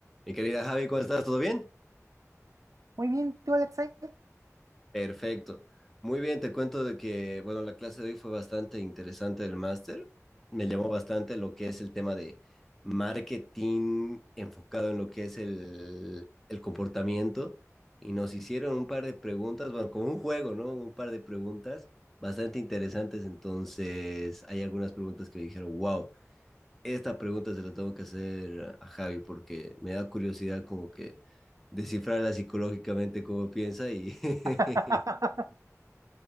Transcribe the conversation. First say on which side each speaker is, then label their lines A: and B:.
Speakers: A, in the centre; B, on the right (about 85°).
A: Mi querida Javi, ¿cómo estás? ¿Todo bien?
B: Muy bien, tú, Alexei.
A: Perfecto. Muy bien, te cuento de que, bueno, la clase de hoy fue bastante interesante del máster. Me llamó bastante lo que es el tema de marketing enfocado en lo que es el, el comportamiento. Y nos hicieron un par de preguntas, bueno, como un juego, ¿no? Un par de preguntas bastante interesantes. Entonces, hay algunas preguntas que dijeron, wow. esta pregunta se la tengo que hacer a Javi porque me da curiosidad como que descifrarla psicológicamente cómo piensa y,
B: <laughs>
A: <laughs>